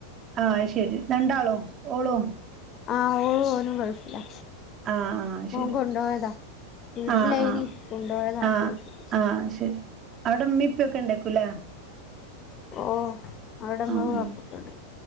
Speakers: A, on the right; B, on the left.
A: ആഹ് അയ് ശരി രണ്ടാളും ഓളും
B: ആഹ് ഓളു ഓനും ഗൾഫിലാ
A: ആഹ് ആഹ് അയ് ശരി
B: ഓൻ കൊണ്ടോയതാ വീട്ടിലേനി
A: ആഹ് ആഹ്
B: കൊണ്ടോയതാ
A: ആഹ്
B: ഗൾഫിക്ക്
A: ആഹ് ശരി അവിടെ ഉമ്മിപ്പൊക്കെ ഇണ്ടായിക്കൂലേ?
B: ഓഹ് അവിടെ ഉമ്മേം
A: ആഹ്
B: വാപ്പക്കണ്ട്